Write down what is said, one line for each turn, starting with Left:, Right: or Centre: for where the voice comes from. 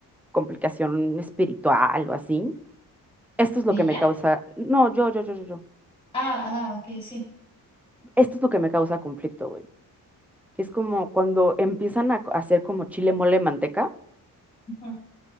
Centre: complicación espiritual o así? Esto es lo
Left: ¿Ella?
Centre: que me causa, no, yo, yo, yo, yo, yo,
Left: Ah, ah, ok, sí.
Centre: esto es lo que me causa conflicto, güey. Que es como cuando empiezan a co- hacer como chile, mole, manteca,
Left: Ujú.